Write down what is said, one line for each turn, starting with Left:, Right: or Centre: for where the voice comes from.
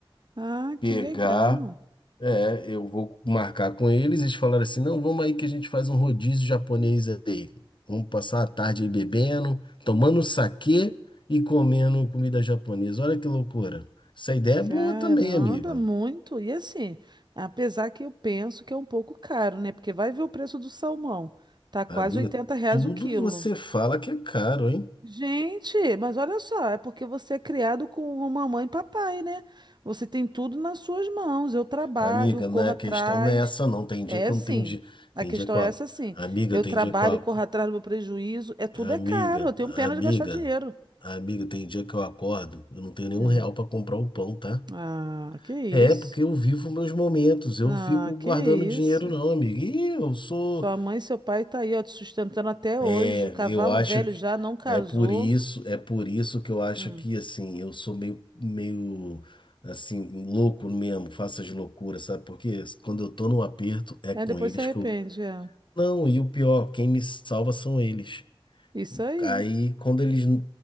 Right: Ah,
Left: pegar,
Right: que legal.
Left: é, eu vou marcar com eles, eles falaram assim, não, vamos aí que a gente faz um rodízio japonês aí. Vamos passar a tarde aí bebendo, tomando saquê e comendo comida japonesa. Olha que loucura. Essa ideia é boa
Right: Caramba,
Left: também, amiga.
Right: muito. E assim, apesar que eu penso que é um pouco caro, né? Porque vai ver o preço do salmão. Tá quase
Left: Amiga,
Right: 80 reais
Left: tudo
Right: o quilo.
Left: você fala que é caro, hein?
Right: Gente, mas olha só, é porque você é criado com uma mamãe e papai, né? Você tem tudo nas suas mãos. Eu trabalho,
Left: Amiga,
Right: corro
Left: não é a
Right: atrás.
Left: questão não é essa não. Tem
Right: É
Left: dia que eu
Right: sim.
Left: não tenho dia,
Right: A
Left: tem
Right: questão
Left: dia que eu,
Right: é
Left: ac-
Right: essa sim.
Left: amiga,
Right: Eu
Left: tem
Right: trabalho,
Left: dia que eu, ac-
Right: corro atrás do meu prejuízo. É tudo é
Left: amiga,
Right: caro. Eu tenho pena
Left: amiga,
Right: de gastar dinheiro.
Left: amiga, tem dia que eu acordo, eu não tenho nenhum
Right: Hum.
Left: real para comprar o pão, tá?
Right: Ah, que isso.
Left: É, porque eu vivo meus momentos, eu
Right: Ah,
Left: fico guardando
Right: que isso.
Left: dinheiro não, amigo. E eu sou,
Right: Sua mãe e seu pai tá aí, ó, te sustentando até
Left: é,
Right: hoje. Cavalo
Left: eu acho
Right: velho
Left: que
Right: já não casou.
Left: é por isso, é por isso que eu acho
Right: Hum.
Left: que assim, eu sou meio meio assim louco mesmo, faço as loucuras, sabe? Porque quando eu tô no aperto é
Right: É,
Left: com
Right: depois
Left: eles
Right: se arrepende,
Left: que eu
Right: é.
Left: Não, e o pior, quem me salva são eles.
Right: Isso aí.
Left: Aí quando eles